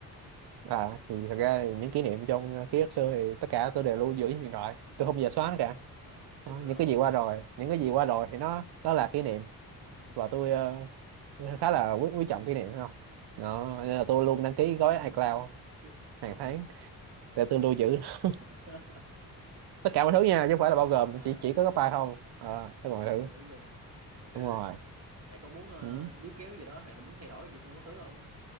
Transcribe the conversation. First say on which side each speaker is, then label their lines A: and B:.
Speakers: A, on the right; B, on the right.
A: à thì thật ra thì những kỷ niệm trong ờ, ký ức xưa thì tất cả tôi đều lưu giữ trên điện thoại tôi không
B: Ờ,
A: bao giờ xóa nó cả
B: ờ, <laughs> chết
A: Đó,
B: tôi
A: những
B: rồi
A: cái gì qua rồi những cái gì qua rồi thì nó đó là kỷ niệm
B: Ờ,
A: và tôi ờ, khá là quý, quý trọng kỷ niệm phải không đó nên là
B: thầy
A: tôi luôn đăng ký gói iCloud
B: cái
A: hàng
B: oh no
A: tháng để tôi lưu giữ <laughs>
B: <laughs>
A: tất cả mọi thứ nha chứ không phải là bao gồm
B: à,
A: chỉ chỉ có cái file không à,
B: à, à,
A: tôi
B: tất
A: còn
B: cả
A: thử
B: mọi <laughs> thứ luôn ok
A: đúng rồi
B: thầy có muốn ờ,
A: ừ.
B: níu kéo gì đó hay là muốn thay đổi gì trong quá khứ không